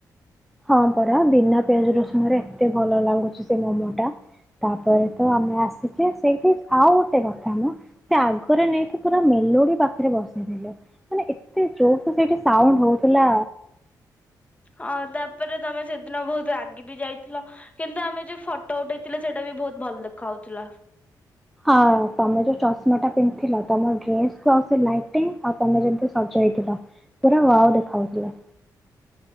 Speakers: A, in the centre; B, on the left.
A: ହଁ ପରା ବିନା ପିଆଜ ରସୁଣରେ ଏତେ ଭଲ ଲାଗୁଚି ସେ ମୋମୋ ଟା, ତାପରେ ତ ଆମେ ଆସିଚେ ସେଇଠି, ଆଉ ଗୋଟେ କଥା ମଁ ସେ ଆଗରେ ନେଇକି ପୁରା ମେଲୋଡି ପାଖରେ ବସେଇଥିଲେ, ମାନେ ଏତେ ଜୋରସେ ସେଇଠି ସାଉଣ୍ଡ ହଉଥିଲା।
B: ହଁ ତାପରେ ତମେ ସେଦିନ ବହୁତ ରାଗି ବି ଯାଇଥିଲ, କିନ୍ତୁ ଆମେ ଯୋଉ ଫଟୋ ଉଠେଇଥିଲେ ସେଇଟା ବି ବହୁତ ଭଲ ଦେଖାଉଥିଲା।
A: ହଁ ତୋମେ ଯୋଉ ଚଷମା ଟା ପିନ୍ଧିଥିଲ ତୋମ ଡ୍ରେସକୁ ଆଉ ସେ ଲାଇଟୀଙ୍ଗ୍ ଆଉ ତୋମେ ଯେମିତି ସଜ ହେଇଥିଲ ପୁରା ୱାଓ ଦେଖା ହୋଉଥିଲ।